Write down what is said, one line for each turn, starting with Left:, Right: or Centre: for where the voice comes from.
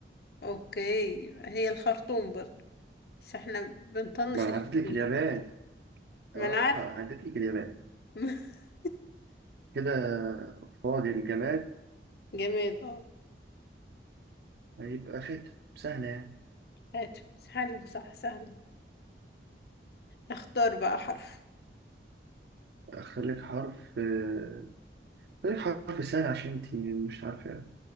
Left: اوكي هي الخرطوم برضه بس احنا بنطنش
Right: ما
Left: الألف
Right: أنا عديت
Left: واللام
Right: لك اليابان
Left: ما
Right: آه
Left: انا عارفة
Right: عديت لك اليابان
Left: <laughs>
Right: كده فاضي الجماد
Left: جماد اه
Right: هيبقى خاتم سهلة يعني
Left: هاتف حلو صح سهلة اختار بقى حرف
Right: أختار لك حرف آه، طيب حرف سهل عشان انت مش عارفة